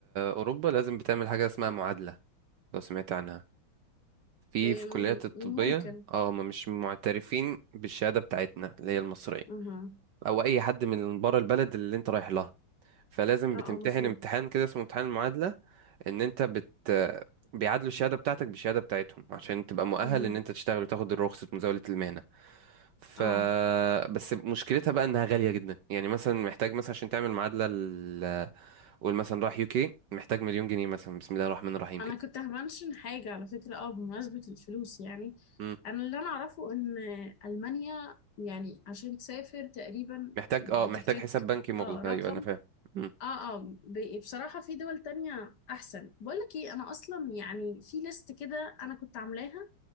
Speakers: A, on the right; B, on the left.
A: أوروبا لازم بتعمل حاجة اسمها معادلة لو سمعت عنها في
B: ام،
A: في الكليات الطبية
B: ممكن
A: اه هما مش معترفين بالشهادة بتاعتنا اللي هي المصرية
B: اها
A: أو أي حد من بره البلد اللي أنت رايح لها فلازم
B: اه
A: بتمتحن
B: اه مفهوم
A: امتحان كده اسمه امتحان المعادلة إن أنت بت بيعادلوا الشهادة بتاعتك بالشهادة بتاعتهم عشان تبقى مؤهل
B: اها
A: إن أنت تشتغل وتاخد رخصة مزاولة المهنة ف
B: اه
A: بس مشكلتها بقى إنها غالية جدا يعني مثلا محتاج مثلا عشان تعمل معادلة ال- قول مثلا راح يوكي محتاج مليون جنيه مثلا بسم الله الرحمن الرحيم
B: انا
A: كده
B: كنت همنشن حاجة على فكرة اه بمناسبة الفلوس يعني
A: إمم.
B: انا اللي انا اعرفه ان المانيا يعني عشان تسافر تقريبا
A: محتاج
B: بتحتاج
A: اه محتاج حساب بنكي مغلق
B: اه رقم
A: ايوه انا فاهم مم.
B: اه اه ب- بصراحة في دول تانية أحسن بقولك ايه أنا أصلا يعني في ليست كده أنا كنت عاملاها